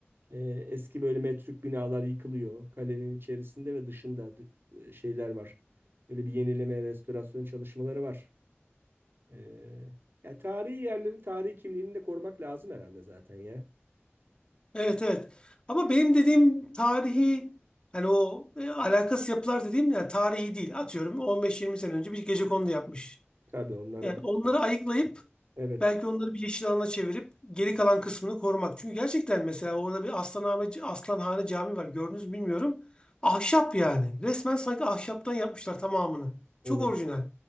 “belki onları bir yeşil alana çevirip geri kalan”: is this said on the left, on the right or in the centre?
Left